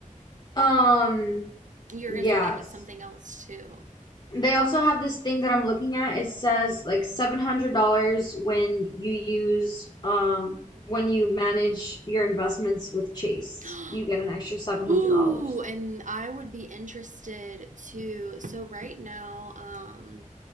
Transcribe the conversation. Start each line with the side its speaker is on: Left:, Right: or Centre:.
Left: Um,
Right: You
Left: Yes.
Right: were gonna say they had something else too.
Left: They also have this thing that I'm looking at. It says like $700 when you use um when you manage your investments with Chase.
Right: <gasps>
Left: You get an extra $700.
Right: Ooh, and I would be interested to. So right now, um,